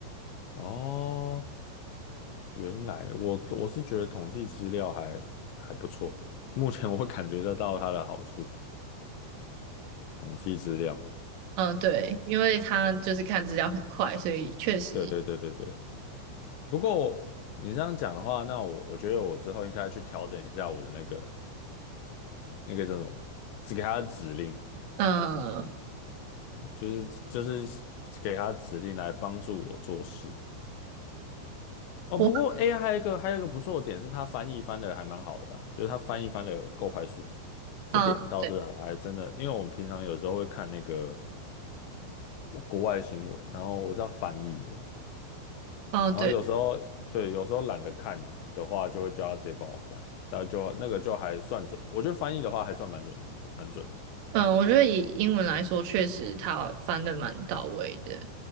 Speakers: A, on the left; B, on the right.
A: 哦，原来我我是觉得统计资料还还不错，目前我感觉得到它的好处，统计资料。
B: 嗯，对，因为他就是看资料很快，所以确实，
A: 对对对对对，不过你这样讲的话，那我我觉得我之后应该去调整一下我的那个那个叫什么，只给他指令，
B: 嗯，
A: 就是就是给他指令来帮助我做事。哦，
B: 我，
A: 不过 AI 还有一个还有一个不错的点是，它翻译翻的还蛮好的啊就是它翻译翻的够快速，这点倒是还真的，
B: 嗯，对。
A: 因为我们平常有时候会看那个国外新闻，然后我是要翻译的，
B: 哦，对。
A: 然后有时候对，有时候懒得看的话，就会叫他直接帮我翻，但就那个就还算准，我觉得翻译的话还算蛮准，蛮准的。
B: 嗯，我觉得以英文来说，确实他翻的蛮到位的。